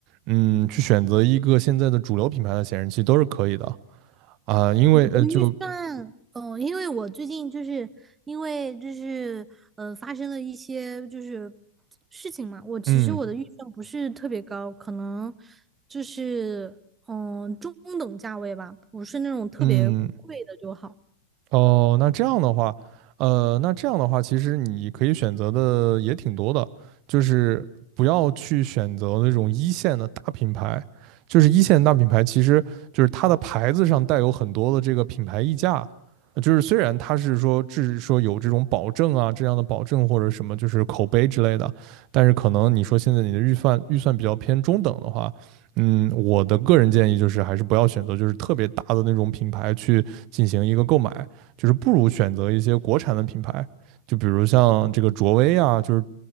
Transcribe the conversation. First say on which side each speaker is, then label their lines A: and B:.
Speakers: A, on the right; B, on the right.
A: 嗯，去选择一个现在的主流品牌的显示器都是可以的啊，因为呃就
B: 我的预算，嗯，因为我最近就是因为就是呃发生了一些就是事情嘛，我其实我的预算不是特别高，
A: 嗯
B: 可能就是嗯、中等价位吧，不是那种特别贵的就好。
A: 嗯哦，那这样的话，呃，那这样的话，其实你可以选择的也挺多的，就是不要去选择那种一线的大品牌，就是一线大品牌，其实就是它的牌子上带有很多的这个品牌溢价，呃就是虽然它是说只说有这种保证啊，这样的保证或者什么就是口碑之类的，但是可能你说现在你的预算预算比较偏中等的话，嗯，我的个人建议就是还是不要选择就是特别大的那种品牌去进行一个购买。就是不如选择一些国产的品牌，就比如像这个卓威啊，就是